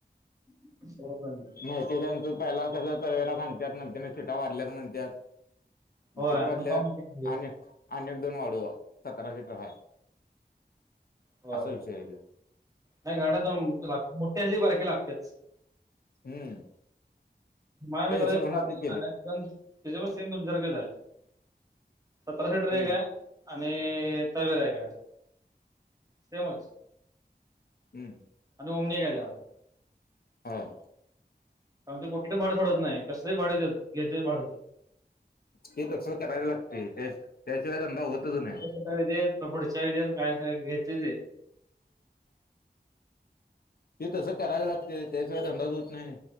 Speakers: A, on the right; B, on the left.
A: हो <unintelligible>
B: माहिती त्यां तू पहिला सगळं तवेरा सांगतात नतर ना सिटा वाढल्यात म्हणतात.
A: होय
B: किती वाढल्यात
A: मग का मोठी गाडी घ्यायची.
B: आणि आणि एक दोन वाढू सतरा सिटर हाय
A: होय
B: असा विषय आहे ते.
A: नाही गाड्या दोन लाग मोठ्या असली बारकी लागतेच.
B: हम्म
A: हय
B: त्या हिशोबानच
A: थ आहे
B: ते केले
A: <unintelligible> त्याच्या पण सेम तुमच्याारखच आहे सतरा सिटर
B: हम्म
A: एक आहे. आणि टेवेरा एक आहे सेमच.
B: हम्म
A: आणि ओमनीय कशाला.
B: ''हां''
A: अरे ते कुठली भाड सोडत नाही कस भा्याेत घेतेय भाडत.
B: ते तस करायला लागते त्या त्याशिवाय अंदा होतच नाही.
A: आम्ही देत पुढच्या <unintelligible> वेत काय घेतच
B: ते तसं करायला लागते त्याशिवाय धंदा होत नाही आणि.